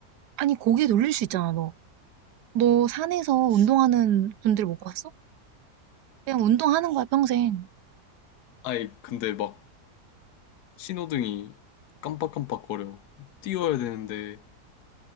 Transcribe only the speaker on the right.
아니 고개 돌릴 수 있잖아 너. 너 산에서 운동하는 분들 못 봤어? 그냥 운동하는 거야 평생.